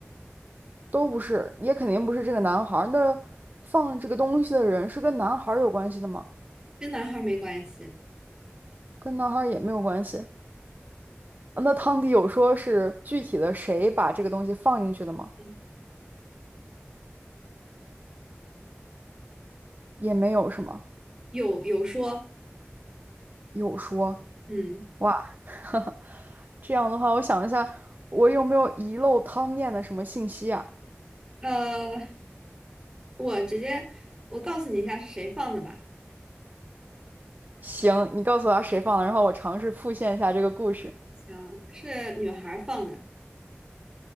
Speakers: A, on the right; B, on the right.
A: 都不是，也肯定不是这个男孩儿。那放这个东西的人是跟男孩儿有关系的吗？
B: 跟男孩儿没关系。
A: 跟男孩儿也没有关系。啊那汤迪有说是具体的谁把这个东西放进去的吗？
B: 嗯
A: 也没有，是吗？
B: 有有说，
A: 有说，
B: 嗯，
A: 哇，<laughs> 这样的话，我想一下，我有没有遗漏汤面的什么信息啊？
B: 呃，我直接我告诉你一下是谁放的吧。
A: 行，你告诉我谁放的，然后我尝试复现一下这个故事。
B: 行，是女孩儿放的，